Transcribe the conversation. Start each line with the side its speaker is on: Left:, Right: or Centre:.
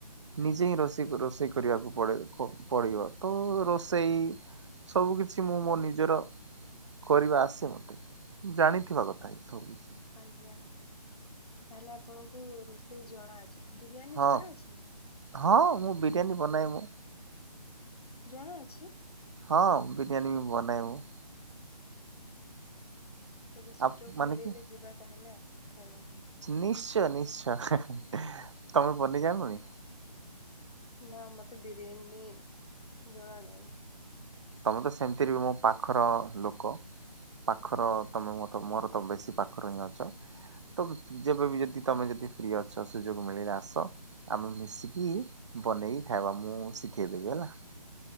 Right: ନିଜେ ହିଁ ରୋଷେଇ ରୋଷେଇ କରିବାକୁ ପଡ଼ି ପଡ଼ିବ ତ ରୋଷେଇ ସବୁ କିଛି ମୁଁ ମୋ ନିଜର କରିବା ଆସେ ମତେ ଜାଣିଥିବା କଥା ଏଇ ସବୁ ବିଷୟ।
Left: ଆଜ୍ଞା ତାହେଲେ ଆପଣଙ୍କୁ ରୋଷେଇ ଜଣା ଅଛି ବିରିୟାନୀ
Right: ହଁ
Left: ଜଣା ଅଛି।
Right: ହଁ ମୁଁ ବିରିୟାନୀ ବନାଏ ମୁଁ
Left: ଜଣା ଅଛି।
Right: ହଁ ବିରିୟାନୀ ବନାଏ ମୁଁ।
Left: କେବେ ସୁଯୋଗ
Right: ଆପ ମାନେ
Left: ମିଳିଲେ
Right: କି
Left: ଯିବା ତାହେଲେ ଆଉ ଖାଇବାକୁ।
Right: ନିଶ୍ଚୟ ନିଶ୍ଚୟ ତମେ ବନେଇ ଜାଣନି।
Left: ନା ମତେ ବିରିୟାନୀ ଜଣା ନାହିଁ।
Right: ତମେ ତ ସେମିତିରେ ବି ମୋ ପାଖର ଲୋକ। ପାଖର ତମେ ମ ତ ମୋର ତ ବେଶୀ ପାଖର ହିଁ ଅଛ। ତ ଯେବେ ଯଦି ତମେ ଯଦି ଫ୍ରି ଅଛ ସୁଯୋଗ ମିଳିଲେ ଆସ। ଆମେ ମିଶିକି ବନେଇକି ଖାଇବା ମୁଁ ଶିଖେଇ ଦେବି ହେଲା।